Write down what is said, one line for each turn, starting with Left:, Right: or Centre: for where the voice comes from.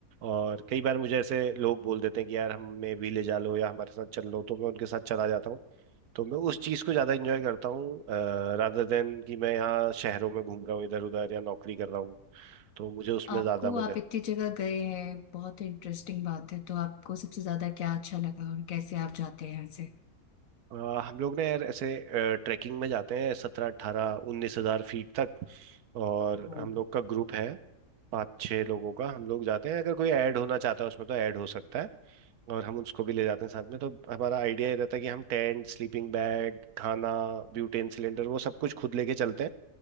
Right: और कई बार मुझे ऐसे लोग बोल देते हैं कि यार हमें भी ले जा लो या हमारे साथ चल लो तो मैं उनके साथ चला जाता हूँ तो मैं उस चीज़ को ज़्यादा इंजॉय करता हूँ रादर देन कि मैं यहाँ शहरों में घूम रहा हूँ इधर उधर या नौकरी कर रहा हूँ तो मुझे उसमें
Left: आपको
Right: ज़्यादा मज़ा
Left: आप
Right: है।
Left: इतनी जगह गए हैं बहुत इंटरेस्टिंग बात है तो आपको सबसे ज्यादा क्या अच्छा लगा और कैसे आप जाते हैं यहाँ से
Right: अ, हम लोग ना यार ऐसे ट्रैकिंग में जाते हैं सत्रह अठारह उन्नीस हज़ार फीट तक और
Left: हम्म।
Right: हम लोग का ग्रुप है पाँच छः लोगों का हम लोग जाते हैं अगर कोई ऐड होना चाहता है उसमें तो ऐड हो सकता है और हम उसको भी ले जाते हैं साथ में तो हमारा आइडिया ये रहता है कि हम टेंट स्लीपिंग बैग खाना ब्यूटेन सिलेंडर वो सब कुछ खुद लेके चलते हैं